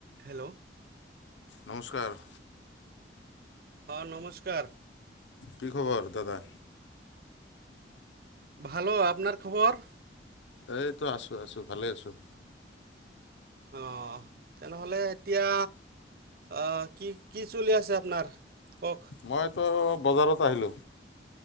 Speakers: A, on the right; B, on the left.
A: Hello.
B: নমস্কাৰ।
A: অহ, নমস্কাৰ।
B: কি খবৰ দাদা?
A: ভালো। আপোনাৰ খবৰ?
B: এইটো আছোঁ-আছোঁ ভালে আছোঁ।
A: অহ, তেনেহ'লে এতিয়া অহ কি কি চলি আছে আপোনাৰ কওঁক।
B: মইতো বজাৰত আহিলোঁ।